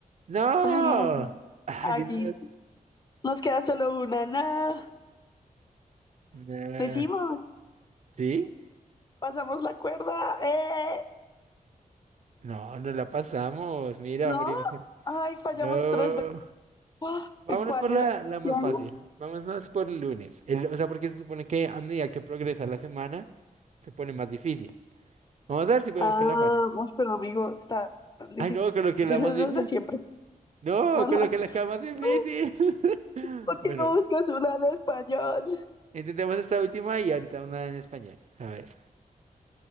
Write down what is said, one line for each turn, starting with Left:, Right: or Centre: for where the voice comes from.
Right: ¡No!
Left: ay, no,
Right: ¡Ay,
Left: aquí
Right: Dios!
Left: sí. nos queda solo una, nada,
Right: Nah.
Left: lo hicimos,
Right: ¿Sí?
Left: pasamos la cuerda, eh,
Right: No, no la pasamos. Mira,
Left: no,
Right: morimos. en-
Left: ay, fallamos
Right: No.
Left: tres veces. Ah,
Right: Vámonos
Left: ¿En cuál?
Right: por
Left: ¿En
Right: la,
Left: la ilusión?
Right: la más fácil. Vámonos por el lunes. El- o sea, porque se supone que a medida que progresa la semana, se pone más difícil. Vamos a ver si podemos
Left: Ah,
Right: con la fácil.
Left: uy, pero amigos, está difícil
Right: Ay, no, coloqué la más
Left: desde
Right: difícil.
Left: siempre.
Right: No,
Left: Bueno,
Right: coloqué la que era más difícil.
Left: <laughs>
Right: <laughs>
Left: ¿por qué
Right: Bueno,
Left: no buscas una en español?
Right: intentemos esta última y ahorita una en español. A ver.